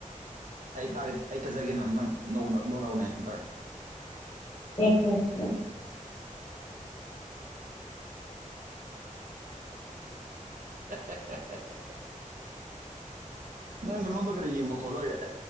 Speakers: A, on the right; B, on the left.
A: ꯑꯩ ꯑꯩ ꯊꯠꯆꯒꯦꯅ ꯑꯨꯇꯪ ꯅꯧꯔꯎꯅꯦ ꯑꯝꯇꯪ
B: ꯑꯦ ꯍꯦ ꯍꯦ
A: <inaudible> ꯅꯪ ꯅꯔꯣꯡꯗꯣ ꯀꯔꯤ ꯀꯔꯤꯒꯤ ꯃꯈꯣꯜꯂ ꯑꯦ